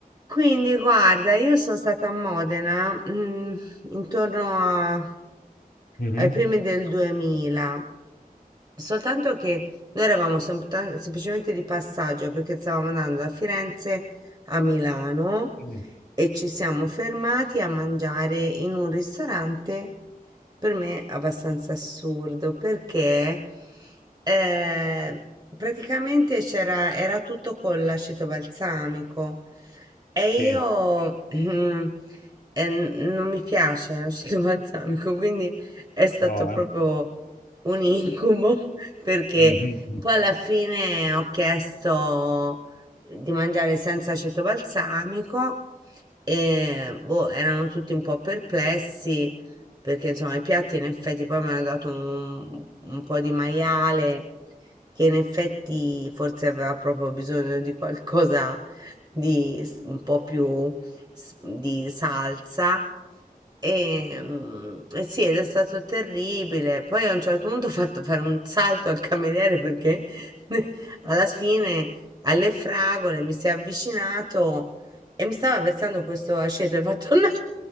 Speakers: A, on the right; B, on the left.
A: Quindi guarda, io sono stata a Modena, mm, intorno a-
B: Mhm.
A: ai primi del 2000, soltanto che noi eravamo soltan- semplicemente di passaggio perché stavamo andando da Firenze a Milano
B: Mhm.
A: e ci siamo fermati a mangiare in un ristorante per me abbastanza assurdo perché eh, praticamente c'era, era tutto con l'aceto balsamico e
B: Sì,
A: io mm, eh, n- non mi piace l'aceto <laughs> balsamico, quindi è stato
B: no,
A: proprio
B: eh.
A: un incubo <laughs> perché
B: Mhm.
A: poi alla fine ho chiesto di mangiare senza aceto balsamico e boh, erano tutti un po' perplessi perché insomma i piatti in effetti poi mi hanno dato un, un po' di maiale che in effetti forse aveva proprio bisogno di qualcosa di s- un po' più s- di salsa. E, mm, e sì, ed è stato terribile. Poi a un certo punto ho fatto fare un salto al cameriere perché <laughs> alla fine alle fragole mi si è avvicinato e mi stava versando questo aceto e ha fatto "No!"